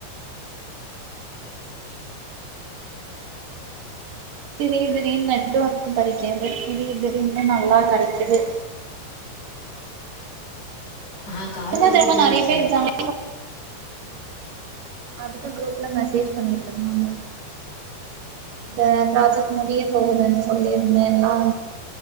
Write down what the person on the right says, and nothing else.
திடீ திடீர்னு நெட்வொர்க்கு கெடக்காது திடீ திடீர்னும் நல்லா கடக்கீது
என்ன
தெரியுமா
நெறைய
<unintelligible> அதுக்கு குரூப்ல மெசேஜ் பண்ணிட்டு இருந்தாங்க இந்த புராஜெக்ட் முடிய போகுதுன்னு சொல்லி இருந்தேன்லா